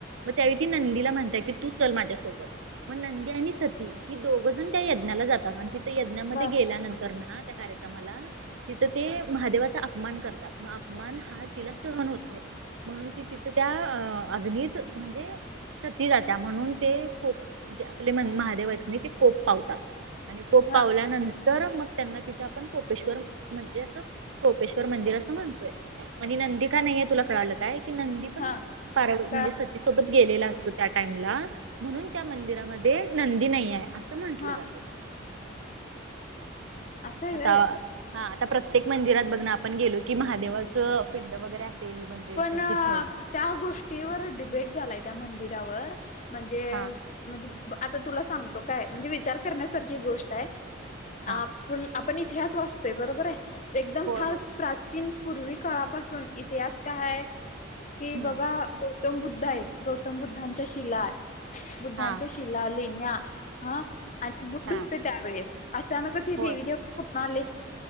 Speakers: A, on the right (about 80°); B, on the left (about 40°).
A: मग त्यावेळी ती नंदीला म्हणत्या की तू चल माझ्यासोबत मग नंदी आणि सती ही दोघं जण त्या यज्ञाला जातात आणि ति ते यज्ञामध्ये
B: बर
A: गेल्यानंतर ना त्या कार्यक्रमाला तिथं ते महादेवाचा अपमान करतात, म अपमान हा तिला सहन होत नाही. म्हणून ती तिथं त्या अ अग्नीत म्हणजे सती जात्या म्हणून ते कोप म्हणजे आपले महादेव आहेत की नाय ते कोप पावतात आणि कोप
B: हा
A: पावल्यानंतर मग त्यांना तिथं आपण कोपेश्वर म्हणजे असं कोपेश्वर मंदिर असं म्हणतोय आणि नंदी का नाहीये तुला कळालं काय? की नंदी पण
B: हा
A: पार्व्
B: काय
A: म्हणजे सत् ती सोबत गेलेला असतो त्या टाइमला, म्हणून त्या मंदिरामध्ये नंदी नाहीए. असं म्हटलं
B: हा
A: जातं,
B: असं आहे
A: आता
B: व्हय
A: हा आता प्रत्येक मंदिरात बघ‌ ना आपण गेलो की महादेवाचं पिंड वगैरे असेल म्हणजे
B: पण
A: जर तिथं
B: त्या गोष्टीवर डिबेट झालाय त्या मंदिरावर, म्हणजे
A: हा
B: म्हणजे आता तुला सांगतो काय, म्हणजे विचार करण्यासारखी गोष्ट आहे, आप
A: हा
B: पल आपण इतिहास वाचतोय बरोबर आहे? एकदम
A: होय
B: फार
A: होय
B: प्राचीन पूर्वी काळापासून इतिहास काय हाय? की
A: हम्म
B: बाबा गौ तम बुद्ध हाय, गौतम बुद्धांच्या शिला बुद्धांच्या
A: हा
B: शिला, लेण्या हा, आणि बुद्ध
A: हा
B: होते त्यावेेळेस, अचानकच हे देवी
A: होय
B: देवता कुठनं आले?